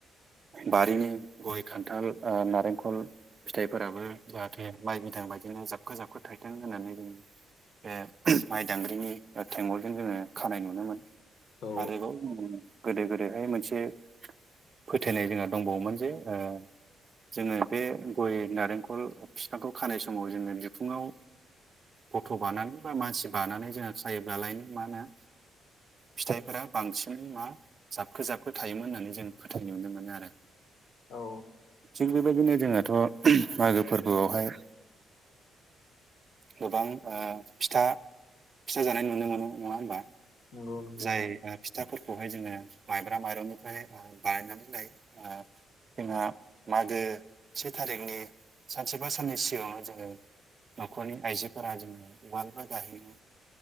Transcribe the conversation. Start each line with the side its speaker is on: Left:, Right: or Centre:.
Right: बारिनि गय खान्थाल नारेंखल फिथाइफोराबो जाहाथे माइ बिदां बायदिनो जाबखो जाबखो थाइथों होननानै जोङो बे माइ दांग्रिनि थेंगलजों जोङो खानाय नुनो मोनो
Left: औ
Right: आरोबाव जोङो गोदो गोदायहाय मोनसे फोथायनाय जोंहा दंबावोमोन जे ओ जोङो बे गय नारेंखल बिफांखौ खानाय समाव जोङो बिखुङाव गथ' बानानै बा मानसि बानानै जोङो सायोब्लालाय मा होनो फिथाइफोरा बांसिनै मा जाबखो जाबखो थायोमोन होननानै जों फोथायनाय नुनो मोनो आरो।
Left: औ
Right: थिग बेबायदिनो जोंहाथ' मागो फोरबोआवहाय गोबां ओ फिथा फिथा जानाय नुनो मोनो नङा होमबा?
Left: नंगौ नंगौ
Right: जाय फिथाफोरखौहाय जोङो माइब्रा माइरंनिफ्राय बानायनानै लायो। जोंहा मागो से थारिखनि सानसेबा साननै सिगाङावनो जोङो न'खरनि आइजोफोरा जोङो उवाल बा दाहैनो